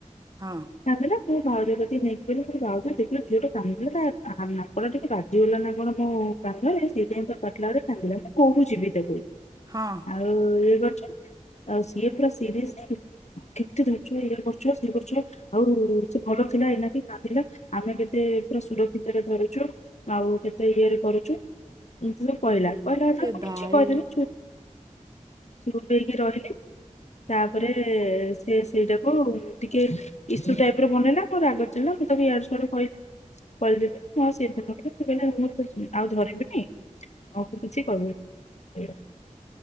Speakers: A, on the right; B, on the left.
A: ହଁ
B: ତା ପରେ। କୋ ଭାଉଜ କତିତି ନେଇକି ଗଲି। ମୁଁ କହିଲି ଭାଉଜ ଦେଖିଲ ଝିଅ ଟା କାନ୍ଦିଲ ତା ନାକ ଟା ଟିକେ ବାଜିଗଲା ନା କଣ ମୋ କାନ୍ଧରେ ସେଇଥିପାଇଁ ତ କଟିଲା ବଡେ କାନ୍ଦିଲା ମୁଁ କହୁଛିି ବି ତାକୁ।
A: ହଁ
B: ଆଉ ଇଏ ଗୋ ଆଉ ସିଏ ପୁରା ସିରିଏସ କେତେ ଧରିଛ। ଇଏ କରୁଛ ସିଏ କରୁ ଆଉ ସେ ଭଲ ଥିଲା ଏଇନାକେ କାନ୍ଦିଲା। ଆମେ କେତେ ପୁରା ସୁରକ୍ଷିତରେ ଧରୁଛୁ। ଆଉ କେତେ ଇଏରେ କରୁଛୁ। ଝିଅ କହିଲା। କହିଲା ଯେତେବେଳେ
A: ଏ
B: ମୁଁ
A: ଭାଇ
B: କିଛି କହିଲିନି ଚୁପ୍ ଚୁପୁ ହେଇକି ରହିଲି। ତାପରେ ସେ ସେଇଟାକୁ ଟି ଇସୁ ଟାଇପ୍ର ବନେଇଲା ମୋ ରାଗଥିଲା ମୁଁ ତାକୁ ୟଡ଼ୁ ସୁଆଡ଼ୁ କହିଲି। କହିଦେଲି ହଉ ସେଇଦିନ କହିଲେ ମୁଁ ତ ଆଉ ଧରିବିନି ଆଉ କିଛି କହିବିନି।